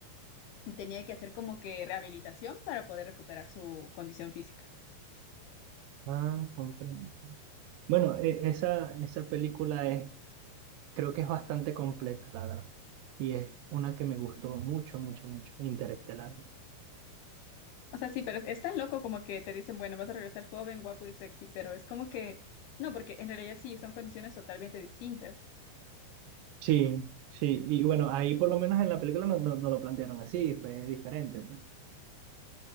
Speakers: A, on the left (about 80°); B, on the right (about 80°).
A: Tenía que hacer como que rehabilitación para poder recuperar su condición física.
B: Ah, comprendo. Bueno, e- esa, esa película es, creo que es bastante completa, la verdad. Y es una que me gustó mucho, mucho, mucho, Interestelar.
A: O sea, sí, pero es, es tan loco como que te dicen, bueno, vas a regresar joven, guapo y sexy, pero es como que, no, porque en realidad sí, son condiciones totalmente distintas.
B: Sí, sí. Y bueno, ahí por lo menos en la película no, no, no lo plantearon así, fue diferente, pues.